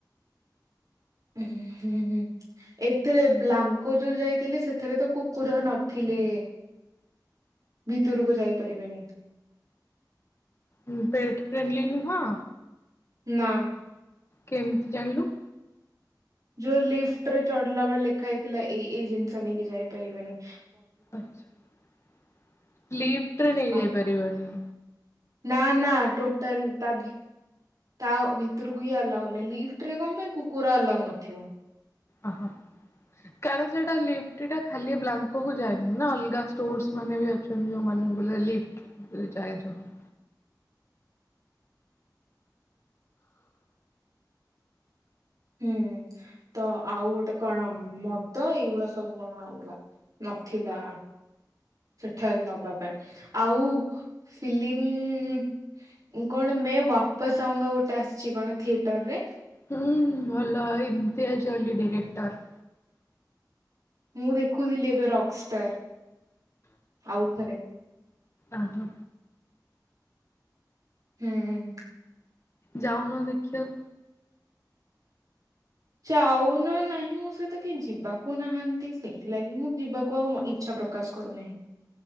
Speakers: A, on the right; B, on the left.
A: ହୁଁ ହୁଁ ହୁଁ ଏଥିରେ ବ୍ଲାଙ୍କ ଯୋଉ ଯାଇଥିଲେି ସେଥିରେ ତ କୁକୁର ନଥିଲେ ଭିତରକୁ ଯାଇପାରିବେନି।
B: ହ ପେଟ ଫ୍ରେଣ୍ଡଲି ନୁ ହଁ।
A: ନା।
B: କେମିତି ଜାଣିଲୁ?
A: ଯୋଉ ଲିଫ୍ଟ ରେ ଚଢିଲା ବେଳେ ଲେଖା ହେଇଥିଲା ଏଇ ଏଇ ଜିନିଷ ନେଇକି ଯାଇପାରିବନି।
B: ଆଚ୍ଛା <unintelligible> ଲିପ୍ଟରେ ନେଇ
A: ଆଉ
B: ଯାଇପାରିବନି।
A: ନା ନା ଟୋଟାଲ ତା ବି। ତା ଭିତରକୁ ହି ଆଲାଉ ନାଇଁ ଲିଫ୍ଟ ରେ କଣ ପାଇଁ କୁକୁର ଆଲାଉ ନଥିବ?
B: ଅହ କାରଣ ସେଟା ଲିଫ୍ଟ ଟା ଖାଲି ବ୍ଲାଙ୍କକୁ ଯାଏନି ନା ଅଲଗା ଷ୍ଟୋରସ୍ ମାନେ ବି ଅଛନ୍ତି ଯୋଉ ୱାନେବୁଲେ ଲିଫ୍ଟ ଯାଏ ଯୋଉଟା।
A: ହୁଁ ତ ଆଉ ଗୋଟେ କଣ ମଦ ଏଇଗୁଡା ସବୁ କଣ ହେଲା ନଥିଲା ସେଠାରେ ନବା ପାଇଁ ଆଉ ଫିଲ୍ମି କଣ ମେ ବାପସ ଆଉଙ୍ଗା ଗୋଟେ ଆସିଛି କଣ ଥିଏଟର ରେ।
B: ହୁଁ ଭଲ ଇମତିଆଜ୍ ଅଲ୍ଲୀ ଡିରେକ୍ଟର୍।
A: ମୁଁ ଦେଖୁଥିଲି ଏବେ ରକଷ୍ଟାର ଆଉଥରେ।
B: ଅ ହୋ।
A: ହେଁ
B: ଯାଉନ ଦେଖିଆକୁ।
A: ଚାଉନ ନାହିଁ ମୋ ସହିତ କେହି ଯିବାକୁ ନାହାନ୍ତି। ସେଇଥିଲାଗି ମୁଁ ଯିବାକୁ ଆଉ ମ ଇଚ୍ଛା ପ୍ରକାଶ କରୁନାହିଁ।